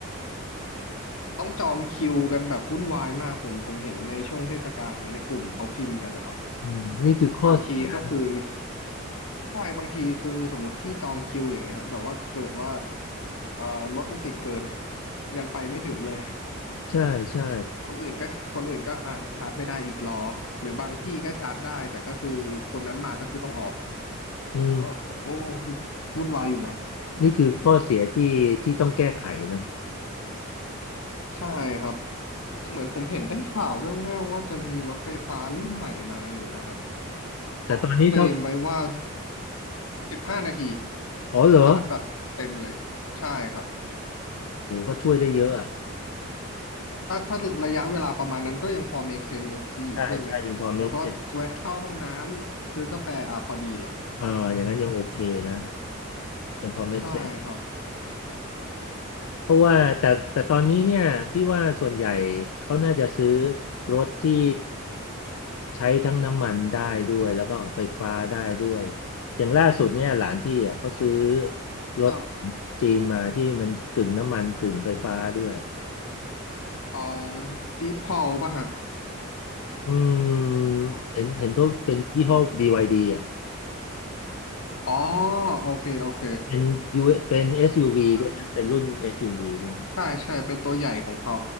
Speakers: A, on the left (about 75°); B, on the left (about 85°).
A: <laughs> ต้องจองคิวกันแบบวุ่นวายมากผมผมเห็นในช่วงเทศกาลเงี้ยในกลุ่มเขาพิมพ์กันนะครับ
B: อืมนี่คือข้อเสียนะ
A: บางทีก็คือ ใช่บางทีคือสมมติพี่จองคิวอย่างเงี้ยฮะแต่ว่าเกิดว่าเอ่อรถมันติดเกินยังไปไม่ถึงเลย
B: ใช่ใช่
A: คนอื่นก็คนอื่นก็อ่ะชาร์จไม่ได้อีกรอหรือบางที่ก็ชาร์จได้แต่ก็คือคนนั้นมาก็คือต้องออก
B: อืม
A: ผมก็โอ้โหวุ่นวายอยู่นะ
B: นี่คือข้อเสียที่ที่ต้องแก้ไขนะ
A: ใช่ครับแตเหมือนผมเห็นได้ข่าวแว่วๆว่าจะมีรถไฟฟ้ารุ่นใหม่มาอยู่นะฮะเขาเคลมไว้ว่า
B: แต่ตอนนี้เท่า
A: 15นาที
B: อ๋อเหรอ
A: ชาร์จแบบเต็มเลยใช่ครับ
B: โหก็ช่วยได้เยอะอ่ะ
A: ถ้าถ้าระยะเวลาประมาณนั้นก็ยังพอ make sense เนอะพี่ใช่ไหมแบบว่าแวะเข้าห้องน้ำซื้อกาแฟอ่ะพอดีเลย
B: ใช่ใช่ยังพอเมคเซนอ่าอย่างนั้นยังโอเคนะยังพอเมคเซน
A: ใช่ครับ
B: เพราะว่าแต่แต่ตอนนี้เนี่ยพี่ว่าส่วนใหญ่เขาน่าจะซื้อรถที่ใช้ทั้งน้ำมันได้ด้วยแล้วก็ไฟฟ้าได้ด้วย อย่างล่าสุดเนี่ยหลานพี่อ่ะเขาซื้อรถ
A: ครับ
B: จีนมาที่มันกึ่งน้ำมันกึ่งไฟฟ้าด้วย
A: เอ่อดีพอลป่ะฮะ
B: อืม
A: ตลด
B: เห็นเห็นตัวเป็นยี่ห้อ
A: รถ
B: BYD อ่ะ
A: อ๋อโอเคโอเค
B: เป็นยูเป็น SUV
A: อ่า
B: ด้วยนะเป็นรุ่น SUV ด้วย
A: ใช่ใช่เป็นตัวใหญ่ของเขา